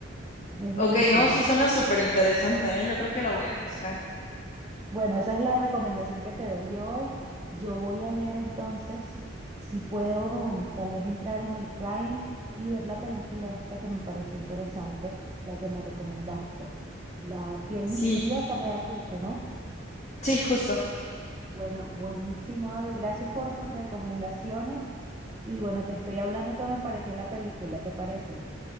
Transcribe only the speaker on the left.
ok, no, sí suena súper interesante, ¿eh? Yo creo que la voy a buscar.
Sí,
sí, justo.